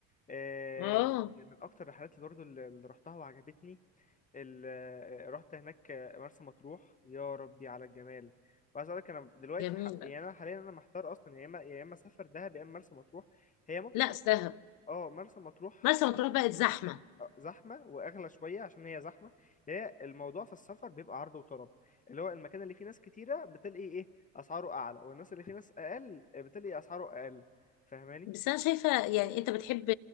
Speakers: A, on the left; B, on the left.
A: آه،
B: اه
A: ال- من اكتر الرحلات اللي برضو اللي اللي رحتها وعجبتني ال... آه، رحت هناك آه، مرسى مطروح يا ربي على الجمال وعايز اقول لك انا دلوقتي
B: جميله
A: ح... يعني انا حاليا انا محتار اصلا يا اما يا اما اسافر دهب يا اما مرسى مطروح هي ممكن
B: لا
A: مرسى
B: دهب
A: اه مرسى مطروح
B: مرسى مطروح بقت زحمه
A: آه، زحمه واغلى شويه عشان هي زحمه هي الموضوع في السفر بيبقى عرض وطلب اللي هو المكان اللي فيه ناس كتيره بتلاقي ايه اسعاره اعلى والناس اللي فيه ناس اقل بتلاقي اسعاره اقل فاهماني
B: بس انا شايفه يعني انت بتحب